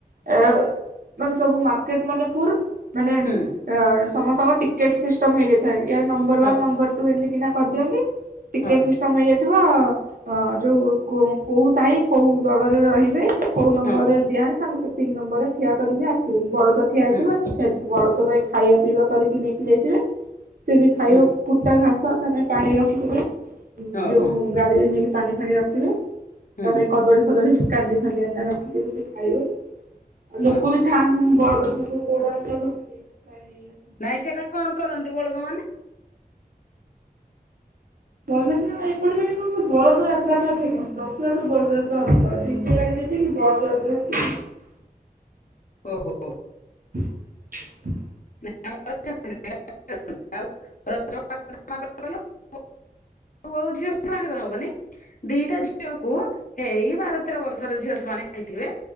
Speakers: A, on the right; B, on the left.
A: ଏ ମାନେ ସବୁ ମାର୍କେଟ ମାନେ ଫୁରୁ ମାନେ
B: ହୁଁ
A: <inaudible> ସମସ୍ତଙ୍କ ଟିକେଟ୍ ସିଷ୍ଟମ ହେଇଯାଇଥାଏ ୟର ନମ୍ବର
B: ହଁ
A: ୱାନ୍ ନମ୍ବର ଟୁ ଏମିତି କିନା କରିଦିଅନ୍ତି। ଟିକେଟେ
B: ହଁ
A: ସି ହେଇଯାଇଥିବ ଅ ଯୋଉ କୋଉ ସାହି କୋଉ ଦଳରେ ରହିବେ। କୋଉ ନମ୍ବର
B: ହଁ ହଁ
A: ରେ ଦିଆହେନେ ତାଙ୍କୁ ସେତିକି ନମ୍ବର ରେ ଠିଆ କରିବି ଆସିବେ ବଳଦ ଠିଆ ହେଇଥିବେ।
B: ହୁଁ
A: ସେ ବଳଦ ପାଇଁ ଖାଇବା ପିଇବା କରିକି ନେଇକି ଯାଇଥିବେ ସେ ବି ଖାଇ
B: ହୁଁ
A: ବ କୁଟା ଘାସ ତା ପାଇଁ ପାଣି ରଖିଥିବେ
B: ହଁ
A: ଯୋଉ
B: ହଁ
A: ଗାଡ଼ିରେ ନେଇକି ପାଣି ଫାଣି ର ଥିବେ
B: ହୁଁ
A: ତାପରେ କଦଳୀ ଫଦଳୀ କାନ୍ଦି ଫାନ୍ଦି ଆଣି ରଖିଥିବେ ସେ ଖାଇବେ। ଲୋକ
B: ହଁ ହଁ
A: ବି ଥାଆନ୍ତି ବଡ <unintelligible>
B: ନାଇଁ ସେଇଟା କଣ କରନ୍ତି ବଳଦ ମାନେ?
A: ବଳଦଯାତ୍ରା ଏପଟେ ପାଇଁ କଣ ବଳଦ ଯାତ୍ରା ପୁରା ଫେମସ ଦଶହରା ଟୁ ବଳଦଯାତ୍ରା ଅଧିକ ଡିଜେ ଗାଡିରେ ଏତିକି ବଳଦ ଯାତ୍ରା ସେତିକି।
B: ଓ ହୋ।
A: <inaudible>
B: <unintelligible> ପୁଅ ଆଉ ଝିଅ ବାହାଘର ହବନି? ଦିଟା ଝିଅକୁ ଏଇ ବାର ତେର ବର୍ଷର ଝିଅ ସେମାନେ ହେଇଥିବେ।